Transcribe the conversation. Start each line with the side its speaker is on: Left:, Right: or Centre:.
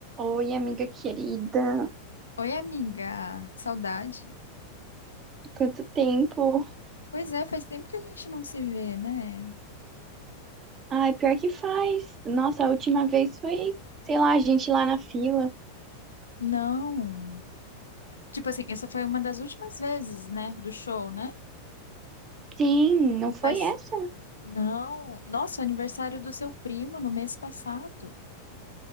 Right: Oi, amiga querida.
Left: Oi, amiga, que saudade.
Right: Quanto tempo?
Left: Pois é, faz tempo que a gente não se vê, né?
Right: Ai, pior que faz. Nossa, a última vez foi, sei lá, a gente lá na fila.
Left: Não. Tipo assim, essa foi uma das últimas vezes, né, do show, né?
Right: Sim, não foi
Left: Mas
Right: essa?
Left: não. Nossa, aniversário do seu primo no mês passado.